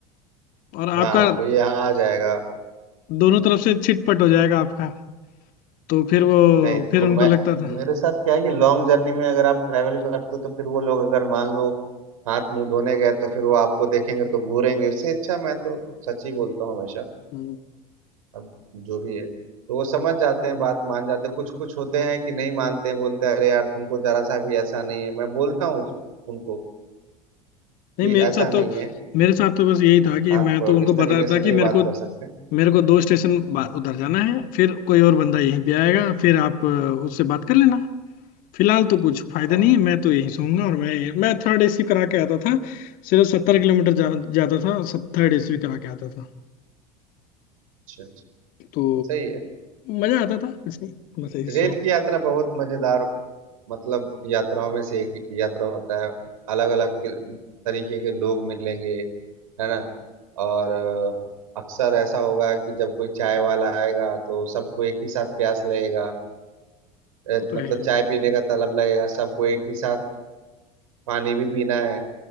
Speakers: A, on the left (about 50°); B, on the right (about 70°).
A: और आपका
B: हाँ कोई यहाँ आ जाएगा
A: दोनों तरफ से छिटपट हो जाएगा आपका तो फिर वो
B: नहीं तो
A: फिर उनको
B: मैं
A: लगता था
B: मेरे साथ क्या है कि लॉन्ग जर्नी में अगर आप ट्रैवल करते हो तो फिर वो लोग अगर मान लो हाथ मुंह धोने गए तो फिर वो आपको देखेंगे तो घूरेंगे उससे अच्छा मैं तो सच ही बोलता हूँ हमेशा
A: हम्म।
B: अब जो भी है तो वो समझ जाते हैं बात मान जाते हैं कुछ कुछ होते हैं कि नहीं मानते हैं बोलते हैं अरे यार तुमको जरा सा भी ऐसा नहीं है मैं बोलता हूँ उस- उनको
A: नहीं
B: कि
A: मेरे
B: ऐसा
A: साथ
B: नहीं
A: तो
B: है
A: मेरे साथ तो बस यही था कि
B: आप
A: मैं तो उनको
B: इस
A: बता
B: तरीके
A: देता
B: से नहीं
A: कि
B: बात
A: मेरे को
B: कर सकते
A: मेरे को दो स्टेशन बा-
B: हम्म,
A: उधर जाना है फिर कोई और बंदा यहीं भी आएगा फिर आप अ, उससे बात कर लेना फिलहाल तो कुछ फायदा
B: हाँ
A: नहीं है मैं तो यहीं सोऊंगा और मैं मैं थर्ड एसी करा के आता था सिर्फ सत्तर किलोमीटर जा, जाता था थर्ड एसी भी करा के आता था
B: अच्छा अच्छा
A: तो
B: सही है
A: मजा आता था कुछ नहीं बस ऐसी
B: रेल
A: शौक
B: की यात्रा बहुत मजेदार मतलब यात्राओं में से एक यात्रा होता है अलग अलग तरीके के लोग मिलेंगे है ना और अ, अक्सर ऐसा होगा कि जब कोई चाय वाला आएगा तो सबको एक ही साथ प्यास लगेगा अ,
A: वो तो
B: मतलब
A: है
B: चाय पीने का तलब लगेगा सबको एक ही साथ पानी भी पीना है